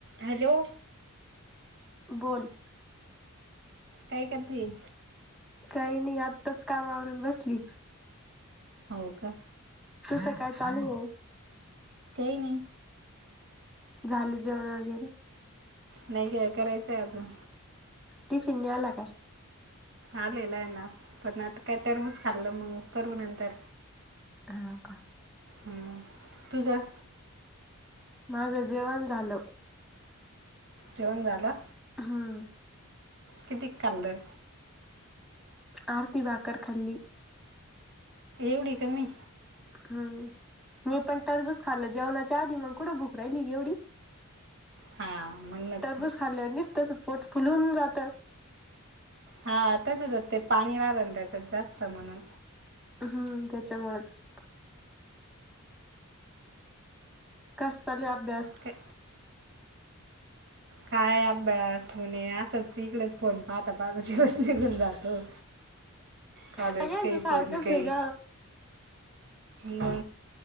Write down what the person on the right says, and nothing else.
Hello
काय करतीये
हो का
काही नाही.
नाही ग करायचंय अजून.
आलेला आहे ना पण आता काय टरबूज खाल्लं मग करू नंतर.
हू तुझं
जेवण झालं.
कितीक खाल्ल.
एवढी कमी.
हां म्हणूनच
मग
हा तस जर त्यात पाणी राहतं ना त्याच्यात जास्त म्हणून.
काय काय अभ्यास म्हणे असंच इकडेच फोन. पाहता पाहता दिवस निघून जातो. कॉलेज
काही
फोन काही
ना